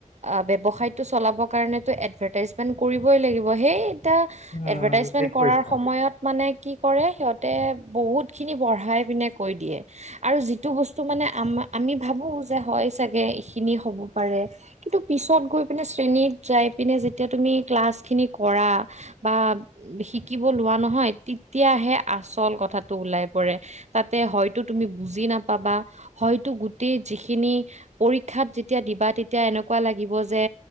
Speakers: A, on the right (about 60°); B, on the left (about 80°).
A: অ, ব্যৱসায়টো চলাব কাৰণেতো এডভাইটাইজমেণ্ট কৰিবই লাগিব সেই এটা
B: উম,
A: এডভাৰটাইজমেণ্ট
B: ঠিক
A: কৰাৰ
B: কৰিছা
A: সময়ত মানে কি কৰে সিহঁতে বহুতখিনি বঢ়াই পিনে কৈ দিয়ে। আৰু যিটো বস্তু মানে আমি ভাবোঁ যে হয় চাগে এইখিনি হ'ব পাৰে। কিন্তু পিছত গৈ পিনে শ্ৰেণীত যাই পিনে যেতিয়া তুমি ক্লাছ খিনি কৰা বা শিকিব লোৱা নহয় তেতিয়াহে আচল কথাটো ওলাই পৰে। তাতে হয়তো তুমি বুজি নাপাবা হয় হয়টো গোটেই যিখিনি পৰীক্ষাত যেতিয়া দিবা তেতিয়া এনেকুৱা লাগিব যে